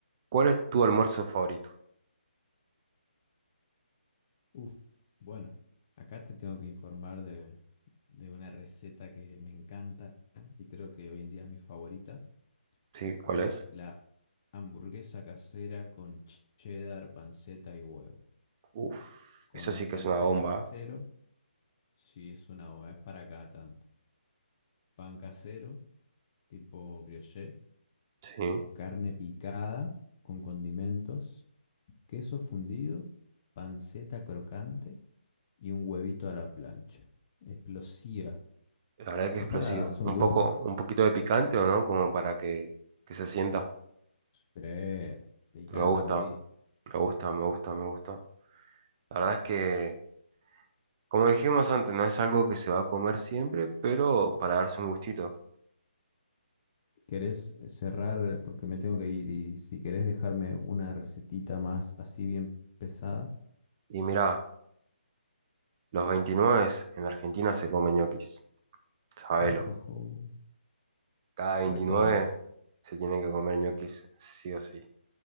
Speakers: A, on the right (about 25°); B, on the left (about 30°).
A: ¿Cuál es tu almuerzo favorito?
B: Uf, bueno, acá te tengo que informar de, de una receta que me encanta y creo que hoy en día es mi favorita,
A: ¿Sí? ¿Cuál
B: y
A: es?
B: es la hamburguesa casera con ch- cheddar, panceta y huevo,
A: Uf,
B: con
A: eso sí
B: un
A: que
B: pancito
A: es una bomba,
B: casero,
A: ¿eh?
B: si es una, es para cada tanto, pan casero, tipo brioche.
A: Sí,
B: carne picada con condimentos, queso fundido, panceta crocante y un huevito a la plancha. Explosiva.
A: la verdad que
B: Es
A: es explosivo.
B: para darse
A: Un
B: un gusto.
A: poco, un poquito de picante o no, como para que, que se sienta.
B: Sí, picante
A: Me gusta,
B: a morir.
A: me gusta, me gusta, me gusta. La verdad es que, como dijimos antes, no es algo que se va a comer siempre, pero para darse un gustito.
B: ¿Querés cerrar porque me tengo que ir? Y si querés dejarme una recetita más así bien pesada,
A: Y mirá, los 29 en Argentina se comen ñoquis,
B: <laughs>
A: sabelo.
B: oh, oh, oh,
A: Cada 29
B: recontra.
A: se tiene que comer ñoquis, sí o sí.